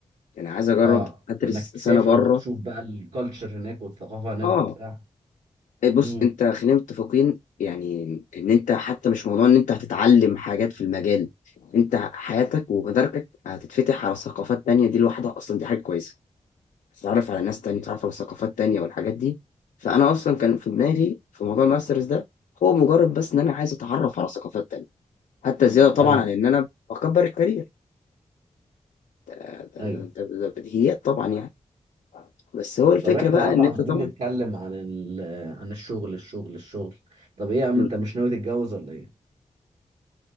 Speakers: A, on the left; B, on the right.
A: يعني عايز اجرب
B: اه
A: ادرس
B: انك تسافر
A: سنه بره
B: وتشوف بقى الكالتشر هناك والثقافه هناك
A: اه
B: وبتاع
A: إيه بص
B: امم
A: انت خلينا متفقين يعني ان انت حتى مش موضوع ان انت هتتعلم حاجات في المجال انت حياتك ومداركك هتتفتح على ثقافات تانية دي لوحدها اصلا دي حاجه كويسه تتعرف على ناس تانية تتعرف على ثقافات تانية والحاجات دي فأنا أصلا كان في دماغي في موضوع الماسترز ده هو مجرد بس إن أنا عايز أتعرف على ثقافات تانية حتى زيادة طبعا
B: ايوه
A: عن إن أنا بكبر الكارير ده, ده,
B: ايوه
A: ده, ده بديهيات طبعا يعني بس هو الفكرة
B: طب احنا
A: بقى
B: يا عم
A: إن
B: عمالين
A: أنت طبعا
B: نتكلم عن ال عن الشغل الشغل الشغل طب ايه يا عم
A: م.
B: انت مش ناوي تتجوز ولا ايه؟